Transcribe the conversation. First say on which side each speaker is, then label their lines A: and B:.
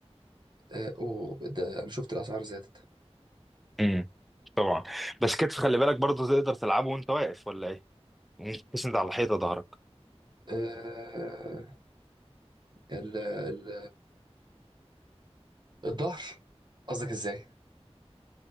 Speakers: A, on the right; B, in the centre.
A: آه، اوه ده انا شفت الاسعار زادت
B: امم طبعا بس كتف خلي بالك برضه تقدر تلعبه وانت واقف ولا ايه ممكن تسند على الحيطه ظهرك
A: آه، ال... ال... الظهر قصدك ازاي